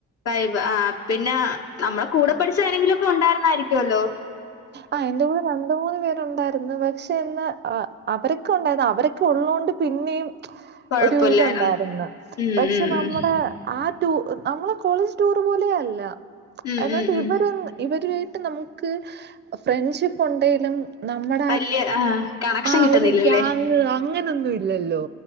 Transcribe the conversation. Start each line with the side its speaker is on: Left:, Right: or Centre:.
Left: വൈബ് ആഹ് പിന്നെ നമ്മളെ കൂടെ പഠിച്ച ആരെങ്കിലൊക്കെ ഉണ്ടായിരുന്നായിരിക്കോല്ലോ?
Right: ആഹ് എന്റെ കൂടെ വന്ന് മൂന്ന് പേരുണ്ടായിരുന്നു. പക്ഷെ ഇന്ന് ആഹ് അവരൊക്കെ ഉണ്ടായിരുന്നു അവരൊക്കെ ഉള്ളോണ്ട് പിന്നേം
Left: കൊഴപ്പല്ലായിരുന്നു
Right: ഒരു ത്ണ്ടായിരുന്നു.
Left: ഉം
Right: പക്ഷെ
Left: ഉം
Right: നമ്മടെ
Left: ഉം
Right: ആ ടൂർ നമ്മളെ കോളേജ് ടൂറ് പോലെയേ അല്ല.
Left: ഉം
Right: എന്നിട്ടിവരന്ന്
Left: ഉം ഉം
Right: ഇവരുവായിട്ട് നമുക്ക് ഫ്രണ്ട്ഷിപ്പുണ്ടെലും നമ്മുടെ
Left: വല്യ
Right: അ
Left: ആഹ് കണക്ഷൻ
Right: ആ
Left: കിട്ടുന്നില്ലല്ലേ
Right: ഒരു ഗ്യാങ് അങ്ങനൊന്നും ഇല്ലല്ലോ